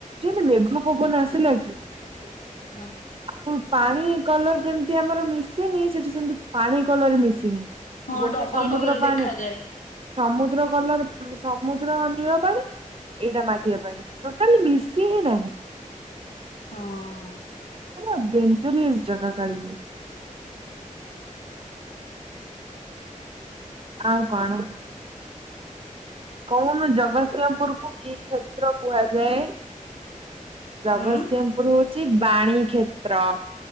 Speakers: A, on the right; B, on the left.
A: ଯେମତି ମେଘ ପବନ ଆସିଲା କି
B: ଆଜି <unintelligible>
A: ଆ ପାଣି କଲର ଯେମିତି ଆମର ମିଶେନି ସେଠି ସେମିତି ପାଣି କଲର ମିଶିନି
B: ହଁ
A: ଗୋଟେ
B: ଡବଲ
A: ସମୁଦ୍ର
B: କଲର
A: ପାଣି
B: ଦେଖାଯାଏ
A: ସମୁଦ୍ର କଲର ଉ ସମୁଦ୍ର ନିଳ ପାଣି ଏଇଟା ମାଟିିଆ ପାଣି ଟୋଟାଲି ମିଶି ହିଁ ନାହିଁ
B: ହଁ।
A: ପୂରା ଡେନ୍ଜରିୟସ୍ ଜାଗା କାଳିଜାଇ। ଆଉ କଣ କହୁନୁ ଜଗତସିଂହପୁର କୁ କି କ୍ଷେତ୍ର କୁହାଯାଏ ଜଗତସିଂହପୁର
B: ହୁଁ
A: ହୋଉଚି ବାଣୀ କ୍ଷେତ୍ର।